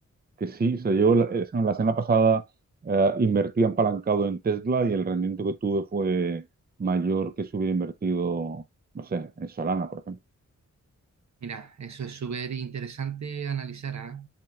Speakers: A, on the right; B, on the right.
A: que sí. O sea, yo la, eh, la semana pasada eh, invertí apalancado en Tesla y el rendimiento que tuve fue mayor que si hubiera invertido, no sé, en Solana, por ejemplo.
B: mira, eso es súper interesante analizar, ¿ah?